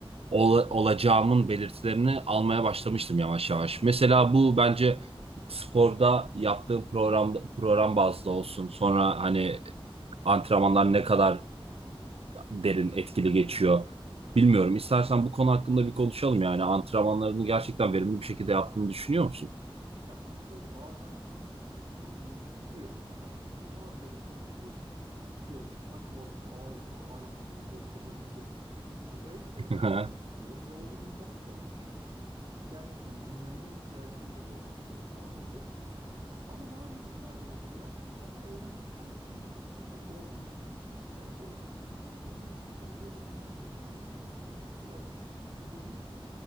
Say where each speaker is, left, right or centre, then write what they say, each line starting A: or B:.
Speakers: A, on the right; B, on the right.
A: ol- olacağımın belirtilerini almaya başlamıştım yavaş yavaş. Mesela bu bence sporda yaptığım programda program bazlı olsun. Sonra hani antrenmanlar ne kadar derin etkili geçiyor. Bilmiyorum. İstersen bu konu hakkında bir konuşalım yani. Antrenmanlarını gerçekten verimli bir şekilde yaptığını düşünüyor musun?
B: Ya şöyle bazen ne bileyim gidiyorum tamam mı? İnanılmaz derecede motive hissediyorum kendimi. Diyorum ki sanki oradaki ağırlıkları, aletleri böyle ısıracak yiyecek gibi. Acayip derecede
A: <laughs>
B: motive hissediyorum ve o günüm çok güzel geçiyor. Gerçekten dinlenme ihtiyacım bile korkunç derecede az oluyor. Ama bazı günlerde mesela daha evden çıkarken gidesim pek olmuyor. Yani o isteğimin düşük olduğu günlerde de ister istemez sanırım birazcık beni